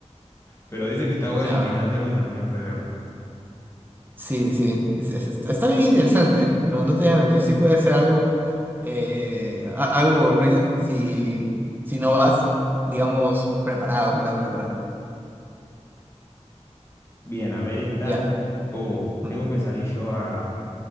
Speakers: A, on the left; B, on the right.
A: Pero dicen que está bueno
B: Ah,
A: al final, tengo que terminar de verla.
B: sí, sí. Es- es- es- está bien interesante, ¿eh? Pero no te voy a mentir, sí puede ser algo, eh, a- algo aburrida si, si no vas, digamos, preparado para verla.
A: Bien, a ver esta.
B: Ya,
A: Uh,
B: mm,
A: tengo que salir yo a